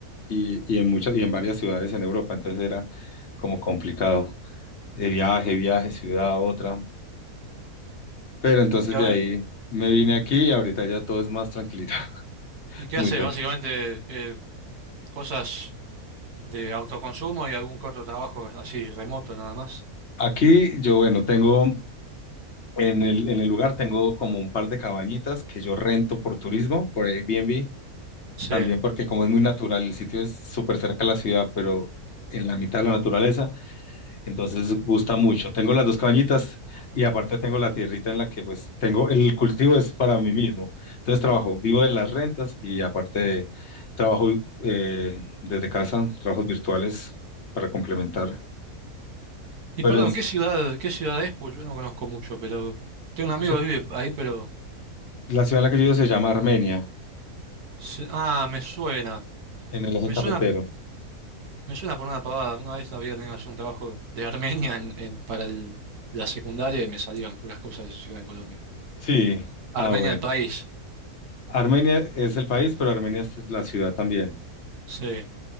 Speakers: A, on the left; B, on the right.
A: y, y en muchas y en varias ciudades en Europa, entonces era como complicado. De viaje, viaje, ciudad, a otra. Pero entonces
B: ¿Y, ahora-
A: de ahí me vine aquí y ahorita ya todo es más tranquilito, <laughs>
B: y qué
A: muy
B: haces?
A: tranquilo.
B: Básicamente eh, cosas de autoconsumo y algún corto trabajo así remoto nada más.
A: Aquí yo, bueno, tengo En el, en el lugar tengo como un par de cabañitas que yo rento por turismo, por Airbnb,
B: Sí.
A: también porque como es muy natural, el sitio es súper cerca a la ciudad, pero en la mitad de la naturaleza, entonces gusta mucho. Tengo las dos cabañitas y aparte tengo la tierrita en la que pues tengo, el cultivo es para mí mismo. Entonces trabajo, vivo de las rentas y aparte trabajo eh, desde casa, trabajos virtuales para complementar.
B: Y
A: Pero
B: perdón,
A: en-
B: ¿qué ciudad, qué ciudad es? Pues yo no conozco mucho, pero tengo un amigo
A: eso-
B: que vive ahí, pero...
A: la ciudad en la que yo vivo se llama Armenia,
B: se- Ah, me suena.
A: en el eje
B: Me
A: cafetero.
B: suena, Me suena por una pavada. Una vez había tenido que hacer un trabajo de Armenia en- en- para el- la secundaria y me salían puras cosas de esa ciudad de Colombia.
A: Sí, ah,
B: Armenia,
A: bueno.
B: el país.
A: Armenia es el país, pero Armenia es la ciudad también.
B: Sí,